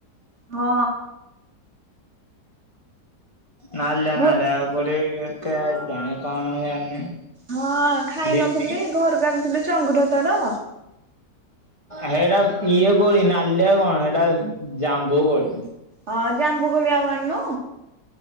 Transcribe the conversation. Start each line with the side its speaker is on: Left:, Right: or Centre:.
Right: ହଁ।
Left: ନାଲିଆ
Right: ଘରୁ
Left: ନଲିଆ କୋଳି ଏତେ କାଇଁ କଣ ମୁଁ ଜାଣିନି।
Right: ହଁ ଖାଇ
Left: ଦିଦି
Right: ନଥିଲି ଘରକୁ ଆଣିଥିଲି ଚଙ୍ଗୁର ତାର।
Left: ହେଇଟା ଇଏ କୋଳି ନାଲିଆ କଣ ସେଇଟା ଜାମ୍ବୁ କୋଳି।
Right: ହଁ ଜାମ୍ବୁ କୋଳି ଆଉ ଆନୁ।